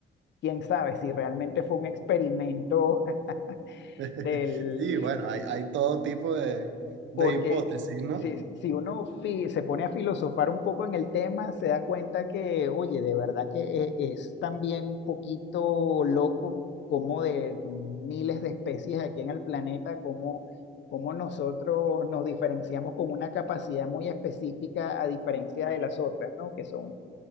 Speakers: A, on the left (about 65°); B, on the right (about 70°).
A: quién sabe, si realmente fue un experimento <laughs>
B: <laughs>
A: del,
B: Sí, bueno, hay, hay todo tipo de, de
A: porque
B: hipótesis, ¿no?
A: si, si uno fi- se pone a filosofar un poco en el tema, se da cuenta que, oye, de verdad que e- es también un poquito loco como de miles de especies aquí en el planeta, como, como nosotros nos diferenciamos con una capacidad muy específica a diferencia de las otras, ¿no? Que son